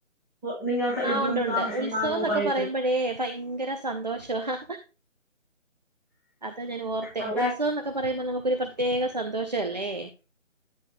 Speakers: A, on the right; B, on the right.
A: ഓ, നിങ്ങ ത- ഇവിടുന്ന്
B: ആഹ് ഉണ്ട് ഉണ്ട്
A: താമസം
B: ഉത്സവം
A: മാറുന്ന മുമ്പായിട്ട്
B: എന്നൊക്കെ പറയുമ്പഴേ ഭയങ്കര സന്തോഷവാ <unintelligible> ഞാൻ ഓർത്തെ
A: അവ
B: ഉത്സവം എന്നൊക്കെ പറയുമ്പോ നമുക്കൊരു പ്രത്യേക സന്തോഷല്ലേ